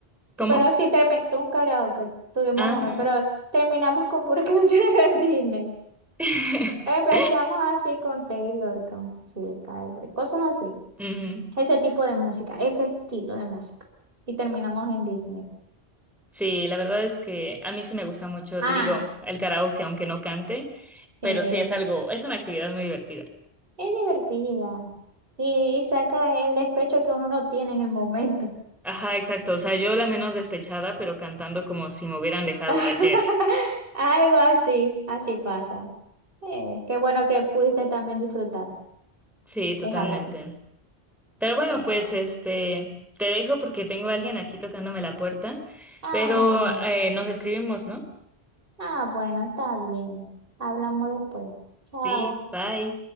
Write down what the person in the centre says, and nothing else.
¿Cómo?
Ah.
<laughs>
Ujú.
Sí, la verdad es que a mí sí me gusta mucho,
te digo, el karaoke, aunque no cante, pero
sí es algo, es una actividad muy divertida.
Ajá, exacto. O sea, yo la menos despechada, pero cantando como si me hubieran dejado
ayer.
Sí, totalmente.
Pero bueno,
pues este, te dejo porque tengo a alguien aquí tocándome la puerta,
pero eh, nos escribimos, ¿no?
Sí, bye.